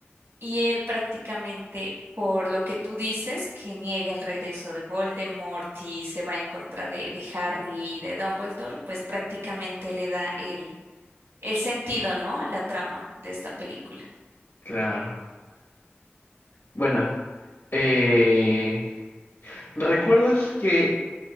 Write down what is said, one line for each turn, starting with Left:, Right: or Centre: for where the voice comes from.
Right: y él prácticamente, por lo que tú dices, que niega el regreso de Voldemort y se va en contra de, de Harry y de Dumbledore, pues prácticamente le da el, el sentido, ¿no? A la trama de esta película.
Left: claro. Bueno. Eh, ¿recuerdas que